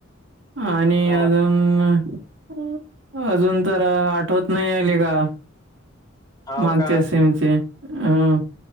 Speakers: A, on the right (about 65°); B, on the left (about 20°).
A: आणि
B: हा
A: अजून अं अजून तर अं आठवत नाही ये, लेका.
B: हाव
A: मागच्या
B: का
A: सेमचे, अं